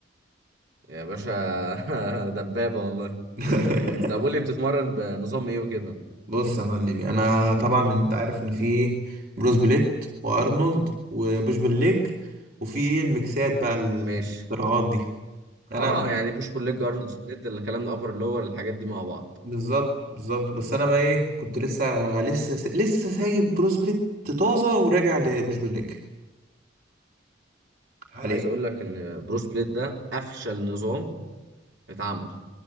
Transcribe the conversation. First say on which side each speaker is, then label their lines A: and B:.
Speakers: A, on the right (about 65°); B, on the right (about 50°).
A: يا باشا <laughs> دبابة والله
B: <laughs>
A: <laughs> طب قول لي بتتمرن بنظام ايه وكده
B: بص يا معلمي انا طبعا انت عارف ان في بروس بليت وارنولد وبوش بالليج وفي ايه الميكسات بقى الاختراعات
A: ماشي
B: دي انا
A: اه
B: بح-
A: يعني بوش بول ليج ارنولد سبليت الكلام ده ابر لور الحاجات دي مع بعض
B: بالظبط بالظبط بس انا بقى ايه كنت لسه لسه لسه سايب بروس بليت طازه وراجع لبوش بالليج عليه
A: عايز اقول لك ان برو سبليت ده افشل نظام اتعمل